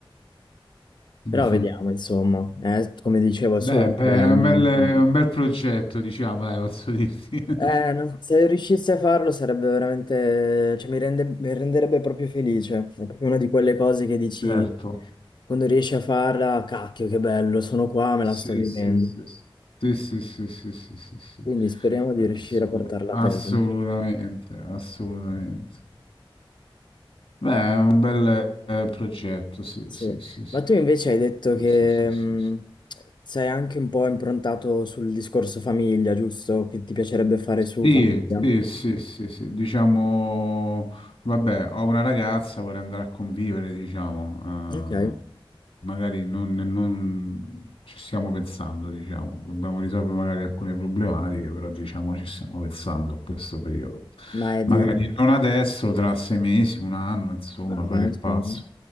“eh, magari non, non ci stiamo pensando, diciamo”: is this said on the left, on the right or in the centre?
Left